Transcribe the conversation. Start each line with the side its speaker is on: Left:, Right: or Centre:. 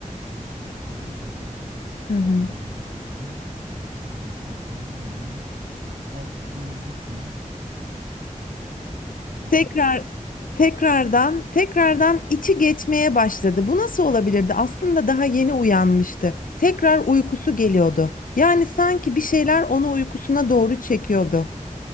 Right: başını falan giydi,
Left: Hı
Right: hazırlığını
Left: hı.
Right: yaptı. Eee, okulun yolunu tam tutuyordu ki, evet.
Left: Tekrar tekrardan tekrardan içi geçmeye başladı. Bu nasıl olabilirdi? Aslında daha yeni uyanmıştı. Tekrar uykusu geliyordu. Yani sanki bir şeyler onu uykusuna doğru çekiyordu